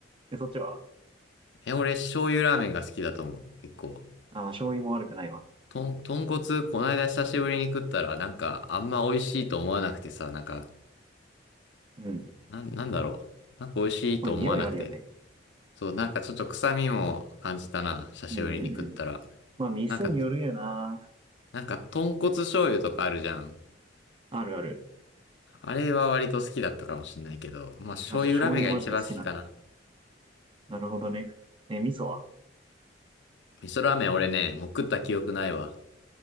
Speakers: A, on the right; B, on the left.
A: え、そっちは
B: え、俺醤油ラーメンが好きだと思う。結構。
A: あ、まあ、醤油も悪くないわ。
B: とん、豚骨、こないだ久しぶりに食ったら、なんかあんま美味しいと思わなくてさ、なんか、
A: うん。
B: なん、なんだろう。なんか美味しいと思わなくて、
A: まあ、匂いあるよね。
B: そう、なんかちょっと臭みも感じたな。久しぶりに食ったら。
A: うんうんうん。まあ、店によるよな。
B: なんか、なんか豚骨醤油とかあるじゃん。
A: あるある。
B: あれは割と好きだったかもしんないけど、まあ醤油ラーメンが一番好きかな。
A: あ、じゃあ醤油マジで好きなんだ。なるほどね。え、味噌は
B: 味噌ラーメン俺ね、もう食った記憶ないわ。